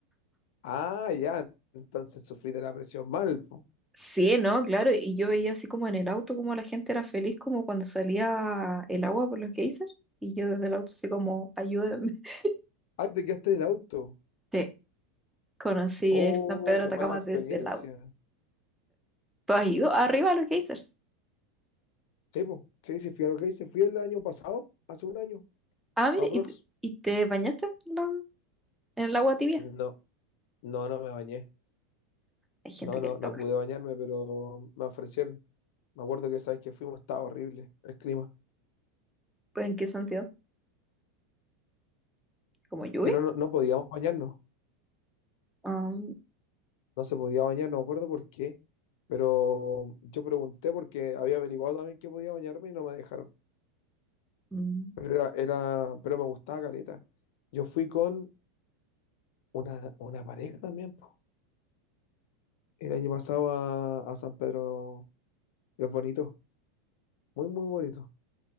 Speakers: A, on the left; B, in the centre.
A: Ah, ya. Entonces sufrí de la presión mal, pues.
B: Sí, ¿no? Claro, y yo veía así como en el auto como la gente era feliz como cuando salía el agua por los geysers y yo desde el auto así como, ayúdenme. <laughs>
A: Ah, te quedaste del auto.
B: Sí, conocí
A: Oh,
B: el San Pedro de
A: qué
B: Atacama
A: mala experiencia.
B: desde el auto. ¿Tú has ido arriba a los geysers?
A: Sí, pues. Sí, sí, fui a lo que hice. Fui el año pasado, hace un año,
B: Ah, mire,
A: aprox.
B: ¿y te, y te bañaste en, la- en el agua tibia?
A: No, no, no me bañé.
B: Hay gente
A: No, no,
B: que es
A: no
B: loca.
A: pude bañarme, pero me ofrecieron. Me acuerdo que sabes que fuimos, estaba horrible el clima.
B: ¿Pues en qué sentido? ¿Como lluvia?
A: Que no, no, no podíamos bañarnos.
B: Ah,
A: No se podía bañar, no me acuerdo por qué. Pero yo pregunté porque había averiguado también que podía bañarme y no me dejaron.
B: mm,
A: Pero era, era, pero me gustaba caleta. Yo fui con una, una pareja también, po. El año pasado a, a San Pedro es bonito Muy, muy bonito.